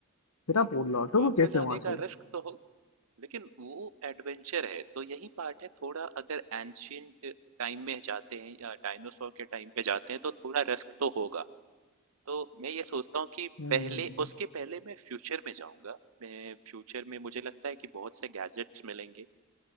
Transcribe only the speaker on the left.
फिर आप वो लौटोगे
कैसे
वहां
से
हम्म